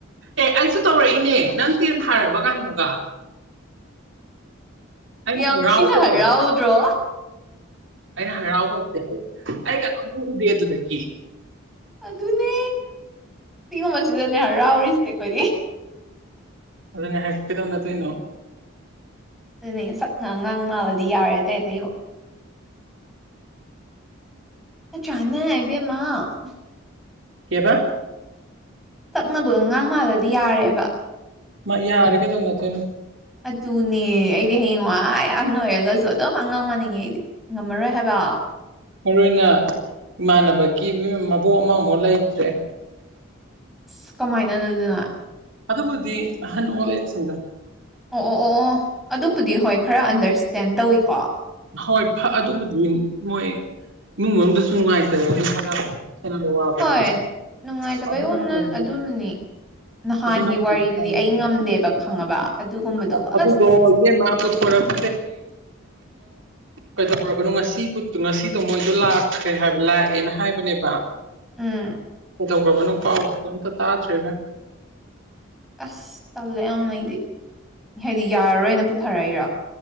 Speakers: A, on the right (about 60°); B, in the centre.
A: ꯑꯦ ꯑꯩꯁꯨ ꯇꯧꯔꯛꯏꯅꯦ ꯅꯪ ꯇꯦꯟ ꯊꯔꯕ ꯀꯥꯏꯅꯣꯒ ꯑꯩꯅ
B: ꯌꯥꯝ
A: ꯍꯔꯥꯎꯕꯗꯣ
B: ꯊꯤꯅ ꯍꯔꯥꯎꯗ꯭ꯔꯣ
A: ꯑꯩꯅ ꯍꯔꯥꯎꯕꯁꯦ ꯑꯩ ꯑꯩ ꯑꯃ ꯎꯗꯦ ꯑꯗꯨꯗꯒꯤ
B: ꯑꯗꯨꯅꯦ ꯁꯤꯤꯒꯨꯝꯕꯁꯤꯗꯅꯦ ꯍꯔꯥꯎꯔꯤꯁꯦ ꯑꯩꯈꯣꯏꯗꯤ
A: ꯑꯗꯨꯅꯦ ꯍꯥꯏꯍꯥꯛ ꯀꯩꯗꯧ ꯅꯠꯇꯣꯏꯅꯣ
B: ꯑꯗꯨꯅꯦ ꯁꯛꯅ ꯉꯥꯡꯃꯑꯗꯤ ꯌꯥꯔꯦ ꯑꯇꯩ ꯑꯇꯩ <unintelligible>
A: <unintelligible>
B: ꯇꯛꯅꯕꯒ ꯑꯉꯥꯡ ꯃꯥꯜꯂꯗꯤ ꯌꯥꯔꯦꯕ
A: ꯃꯥ ꯌꯥꯔꯦꯒꯩꯗꯧ ꯑꯗꯨꯏꯅ
B: ꯑꯗꯨꯅꯦ ꯑꯩꯗꯤ ꯍꯌꯦꯡ ꯋꯥꯏ ꯑꯍꯟ ꯑꯣꯏꯔꯒꯁꯨ ꯑꯗꯨꯝ ꯑꯉꯥꯡ ꯃꯅꯤꯡꯉꯦ ꯑꯩꯗꯤ ꯉꯝꯃꯔꯣꯏ ꯍꯥꯏꯕ
A: ꯃꯔꯨ ꯑꯣꯏꯅ ꯏꯃꯥꯟꯅꯕꯒꯤ ꯃꯕꯣꯛ ꯑꯃꯃꯨꯛ ꯂꯩꯇ꯭ꯔꯦ
B: ꯑ ꯀꯃꯥꯏꯅ ꯑꯗꯨꯗꯅ
A: ꯑꯗꯨꯕꯨꯗꯤ ꯑꯍꯟ ꯑꯣꯜ ꯑꯦꯖꯁꯤꯡꯗ
B: ꯑꯣ ꯑꯣ ꯑꯣ ꯑꯗꯨꯕꯨꯗꯤ ꯍꯣꯏ ꯈꯔ ꯑꯟꯗꯔꯁꯇꯦꯟ ꯇꯧꯏꯤꯀꯣ
A: ꯍꯣꯏ ꯑꯗꯨꯕꯨꯗꯤ ꯃꯣꯏ ꯏꯃꯨꯡ ꯃꯅꯨꯡꯗꯁꯨ ꯅꯨꯡꯉꯥꯏꯇꯔꯦ ꯑꯗꯨ ꯈꯔ <unintelligible>
B: ꯍꯣꯏ ꯅꯨꯡꯉꯥꯏꯇꯕꯩ ꯑꯣꯅ ꯑꯗꯨꯅꯅꯤ ꯅꯍꯥꯟꯒꯤ ꯋꯥꯔꯤꯗꯨꯗꯤ ꯑꯩ ꯉꯝꯗꯦꯕ ꯈꯪꯉꯕ ꯑꯗꯨꯒꯨꯝꯕꯗꯣ ꯑꯁ
A: <unintelligible> <unintelligible> ꯀꯩꯗꯧꯔꯕꯅꯣ ꯉꯁꯤ ꯉꯁꯤꯗꯣ ꯃꯣꯏꯗꯣ ꯂꯥꯛꯈ꯭ꯔꯦ ꯍꯥꯏꯕ ꯂꯥꯛꯑꯦꯅ ꯍꯥꯏꯕꯅꯦꯕ
B: ꯎꯝ
A: ꯀꯩꯗꯧꯕꯅꯣ ꯄꯥꯎꯒꯥ ꯑꯝꯇ ꯇꯥꯗ꯭ꯔꯤꯗ
B: ꯑꯁ ꯇꯜꯂꯦ ꯌꯥꯝꯅ ꯑꯩꯗꯤ ꯍꯥꯏꯗꯤ ꯌꯥꯔꯔꯣꯏꯅ ꯄꯨꯊꯔꯛꯏꯔꯣ